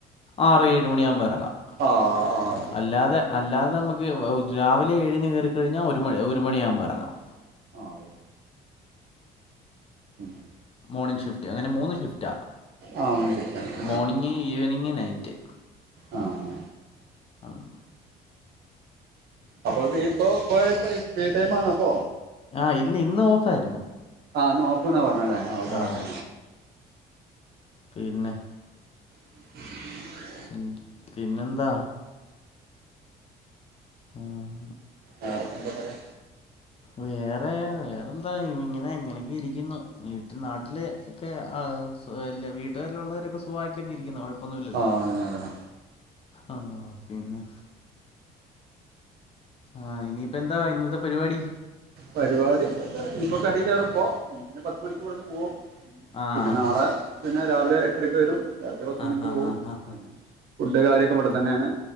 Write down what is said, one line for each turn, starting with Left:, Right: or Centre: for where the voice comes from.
Left: ആറേഴ് മണിയാവുമ്പോ എറങ്ങാം
Right: ആഹ് ആഹ്
Left: അല്ലാതെ അല്ലാതെ മ്മക്ക് രാവിലെ ഏഴിന് കേറിക്കഴിഞ്ഞാ ഒരു മണി ഒരു മണിയാകുമ്പ എറങ്ങാം
Right: ആഹ് അതെ ശെ ഉം
Left: മോർണിംഗ് ഷിഫ്റ്റ് അങ്ങനെ മൂന്ന് ഷിഫ്റ്റാ
Right: ആ മണിച്ചിട്ടാണ്
Left: മോർണിംഗ് ഈവനിങ്ങ് നൈറ്റ്
Right: ആ ആ
Left: ഉം
Right: അപ്പോതീപ്പോ ഇപ്പോ ഇപ്പ ഫ്രീ ടൈം ആണിപ്പോ
Left: ആഹ് ഇല്ല ഇന്ന് ഓഫായിരുന്നു
Right: ആഹ് ഇന്ന് ഓഫ്ന്നാ പറഞ്ഞേല്ലേ ഓക്കെ
Left: ആ
Right: ഓക്കെ
Left: പിന്നെ
Right: <unintelligible>
Left: ഉം പിന്നെന്താ? ഉം ഹും
Right: വേറെപ്പെന്താപറ്യ
Left: വേറെ വേറെന്താ ഇങ്ങനെ ഇങ്ങനെയൊക്കെ ഇരിക്കുന്നു വീട്ട് നാട്ടിലെ ക്കെ അഹ് എല്ല വീട്ടുകാരിലുള്ളവരൊക്കെ സുഖവായിട്ടൊക്കെ ഇരിക്കുന്നോ? കൊഴപ് - പ്പൊന്നുല്ലല്ലോ
Right: ആ അതന്നെ അതന്നെ
Left: ആഹ് പിന്നെ ആഹ് ഇനിയിപ്പെന്താ ഇന്നത്തെ പരിവാടി
Right: പരിവാടിപ്പെന്താ ഇനീപ്പോ കടീ കേറുപ്പോ ന്ന്പിന്നെ പത്ത് മണിക്ക്വ്ടെന്ന് പോവും
Left: ആഹ്
Right: പിന്നെ നാളെ പിന്നെ രാവിലെ എട്ടരക്ക് വരും. രാത്രി പത്തുമണിക്ക്
Left: ആഹാഹാഹാ.
Right: പോവും അങ്ങനെ ഫുഡ് കാര്യക്കെ ഇവിടെത്തന്നേണ്.
Left: ആ